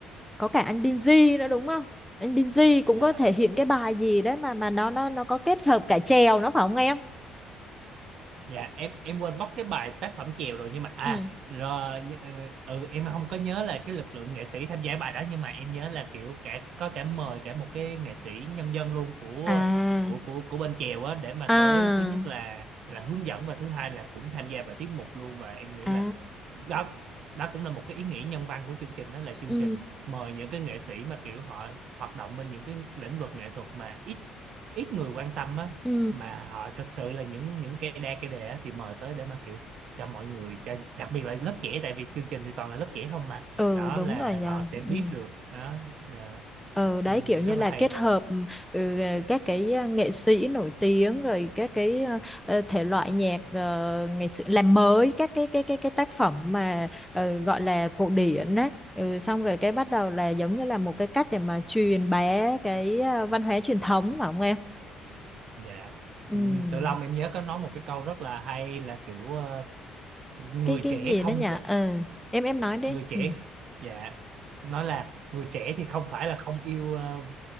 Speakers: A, in the centre; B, on the right.
A: có cả anh Binz nữa đúng không? Anh Binz
B: dạ
A: cũng có thể hiện cái bài gì đấy mà mà nó nó nó có kết hợp cả chèo nó phải không em?
B: dạ em em quên mất cái bài tác phẩm chèo rồi nhưng mà à
A: Ừ.
B: rồi như- ờ, ừ em không có nhớ là cái lực lượng nghệ sĩ tham gia bài đó nhưng mà em nhớ là kiểu cả có cả mời cả một cái nghệ sĩ nhân dân luôn của
A: À,
B: của của của bên chèo á để mà
A: à,
B: tới thứ nhất là là hướng dẫn và thứ hai là cũng tham gia vào tiết mục luôn và em nghĩ
A: à,
B: là đó đó cũng là một cái ý nghĩa nhân văn của chương trình đó là
A: ừ,
B: chương trình mời những cái nghệ sĩ mà kiểu họ hoạt động bên những cái lĩnh vực nghệ thuật mà ít ít người quan tâm á
A: ừ.
B: mà họ thật sự là những những cây đa cây đề á, thì mời tới để mà kiểu cho mọi người cho đặc biệt là lớp trẻ tại vì chương trình thì toàn là lớp trẻ không mà
A: Ừ
B: đó
A: đúng
B: là
A: rồi nhờ
B: họ sẽ
A: ừ.
B: biết được đó dạ.
A: ừ đấy
B: Nên em
A: kiểu
B: nghĩ
A: như
B: rất là
A: là
B: hay
A: kết hợp ừ, ờ, các cái ờ, nghệ sĩ nổi tiếng rồi các cái ờ, ờ, thể loại nhạc ờ, ngày xưa làm mới các cái cái cái cái tác phẩm mà ờ, gọi là cổ điển đấy ừ, xong rồi cái bắt đầu là giống như là một cái cách để mà truyền bá cái ờ, văn hóa truyền thống phải không em
B: dạ
A: ừ.
B: Ừ, Tự Long em nhớ có nói một cái câu rất là hay là kiểu ờ, người
A: cái cái
B: trẻ
A: gì
B: không
A: nữa nhỉ
B: có
A: ừ. em em nói đi
B: người trẻ
A: ừ.
B: dạ nó là người trẻ thì không phải là không yêu ờ,